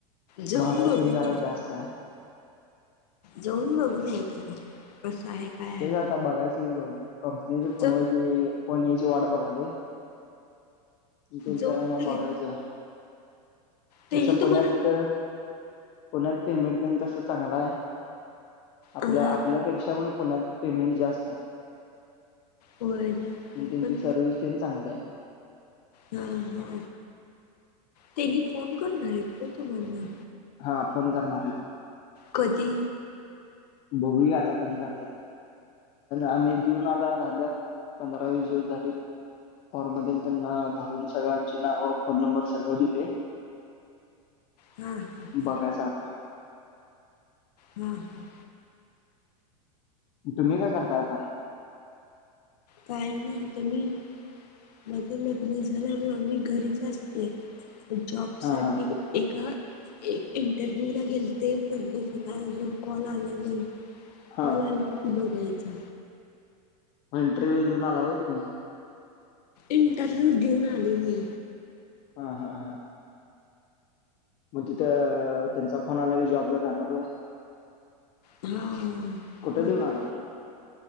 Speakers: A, on the left; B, on the left.
A: जाऊन
B: महागाई
A: बघू
B: ते न जरा जास्त आहे.
A: जाऊन बघून यायच, कस आहे? काय आहे
B: तेच आता बघायचं की, जाऊन कंपनीच फोन
A: ज
B: वा्हायचे. फोन यायची वाट बघलोय, तेच आता
A: जाऊन
B: जरा मग
A: बघित
B: बघायचं.
A: त्यांनी
B: जसं पुण्यात
A: तुम्हाला
B: पुण्यात पेमेंट पण तस चांगला आहे, आपल्या,
A: हा
B: आपल्यापेक्षा पण पुण्यात पेमेंट जास्त आहे.
A: होय
B: आणि त्यांची
A: पण
B: सर्विस तेन चांगली आहे.
A: हा, हा. त्यांनी फोन करणार आहेत का, हो तुम्हाला.
B: हा, फोन करणार आहेत.
A: कधी?
B: बघूया, आता कधी करत्यात. आम्ही दिऊन आता झालं. पंधरा -वीस दिवस झाली. फॉर्म मधून त्यांना भरून, सगळं आमची नावं, फोन नंबर सगळं दिले.
A: हा हा हा
B: बघायच आता.
A: हम हम.
B: तुम्ही काय करता आता?
A: काही नाही. तुम्ही? माझं लग्न झाल्यामुळे, मी घरीच असते. तर जॉबसाठी,
B: हा हा
A: एका. एक इंटरव्ह्यू ला गेलते. पण दुसरा अजून कॉल आला नाही.
B: हा
A: कॉल आला की, बघायचा.
B: इंटरव्हू देऊन आला होय तूम्ही?
A: इंटरव्ह्यू देऊन आली मी.
B: हा- हा -हा. मग तिथं त्यांचा फोन आला की, जॉबला जाणार होय.
A: हा.
B: कुठं
A: बघायचं,
B: देऊन आलाय